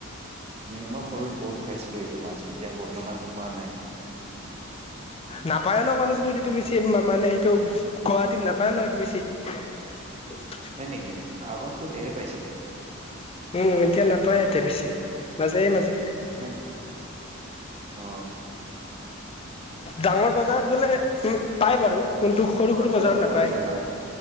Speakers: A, on the right; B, on the left.
A: উম মই সৰুত বহুত খাইছিলো এইটো মাছ এতিয়া বৰ্তমান খোৱা নাই
B: নাপ পায়ানক গণেশগুৰিতটো বেছি মানে এইটো ণ্ডৱাহাতিত নাপায় ন এইটো বেছি
A: হয় নেকি আগততো ধেৰ পাইছিলে
B: উম এতিয়া নাপায় ইযাতে বেছি মাজে মাজে
A: হয় নেকি অ
B: ডাঙৰ বজাৰত গ'লে উ পাই বাৰু কোনটো সৰু
A: পোৱা
B: সৰু বজাৰত
A: পোৱা
B: নাপায়
A: পোৱা যায় হয়।